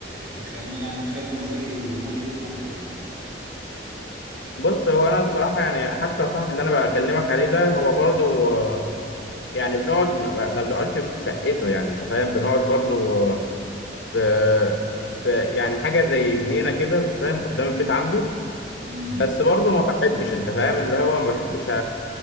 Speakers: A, on the right; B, on the left.
A: بتخليني يعني بتخلي مزاجي ودماغي دي توب يعني
B: بص هو أنا بصراحة يعني حتى صاحبي اللي أنا بكلمك عليه ده هو برضو آه، يعني بنقعد ما ما بنقعدش في شقته يعني أنت فاهم بنقعد برضو آه، في في يعني حاجة زي جنينة كده أنت فاهم قدام البيت عنده
A: امم
B: بس برضه ما بحبش انت فاهم اللي هو ما بحبش أ-